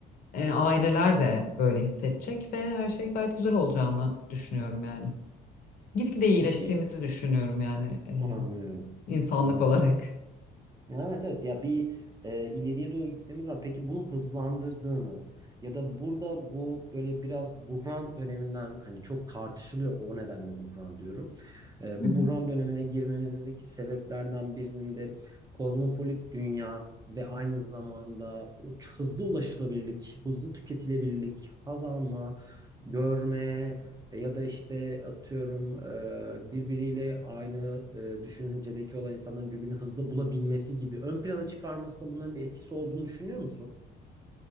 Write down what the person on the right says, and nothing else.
Peki
anlıyorum.
Anlıyorum.
Peki Ya Evet evet ya bir e, ileriye doğru gitmemiz var. Peki bunu hızlandırdığını ya da burada bu böyle biraz buhran döneminden hani çok tartışılıyor o nedenle buhran diyorum. E,
bu
buhran dönemine girmemizdeki sebeplerden birinin de kozmopolit dünya ve aynı zamanda hızlı ulaşılabilirlik, hızlı tüketilebilirlik, haz alma, görme, e, Ya da işte atıyorum e, birbiriyle aynı e, düşüncedeki olan insanların birbirini hızlı bulabilmesi gibi ön plana çıkarmasında bunların bir etkisi olduğunu düşünüyor musun?